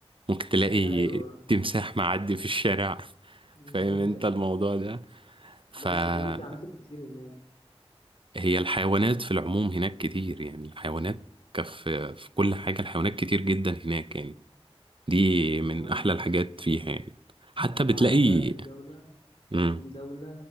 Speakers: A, on the right; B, on the left.
A: ممكن تلاقي
B: <laughs> ايوه
A: تمساح معدي في الشارع <laughs>
B: <laughs>
A: فاهم انت الموضوع ده فهي
B: لا بس بيقولوا في عناكب كتير هناك
A: الحيوانات في العموم هناك كتير يعني الحيوانات كف في كل حاجة الحيوانات كتير جدا هناك يعني دي من
B: اه
A: احلى الحاجات فيها يعني حتى
B: وعارف
A: بتلاقي
B: بقى في دولة
A: مم.
B: في دولة